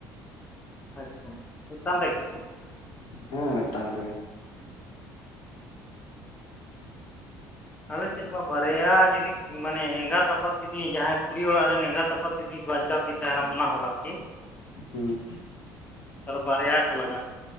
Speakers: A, on the left; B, on the left.
A: ᱟᱪᱪᱷᱟ ᱢᱤᱫᱴᱟᱝ ᱛᱮᱜᱮ
B: ᱦᱮᱸ ᱢᱤᱫ ᱴᱟᱝ ᱛᱮᱜᱮ
A: ᱟᱞᱮ ᱥᱮᱫ ᱢᱟ ᱵᱟᱨᱭᱟ ᱡᱩᱫᱤ ᱢᱟᱱᱮ ᱮᱸᱜᱟᱛ ᱟᱯᱟᱛ ᱡᱩᱫᱤ ᱡᱟᱦᱟᱸᱭ ᱠᱩᱲᱤ ᱚᱲᱟᱜ ᱨᱮᱱ ᱮᱸᱜᱟᱛ ᱟᱯᱟᱛ ᱡᱩᱫᱤ ᱵᱟᱧᱪᱟᱣ ᱠᱤᱱ ᱛᱟᱦᱮᱱᱟ ᱵᱟᱱᱟ ᱦᱚᱲ ᱟᱨᱠᱤ
B: ᱦᱩᱸ
A: ᱟᱫᱚ ᱵᱟᱨᱭᱟ ᱠᱚ ᱞᱟᱜᱟᱜ ᱟ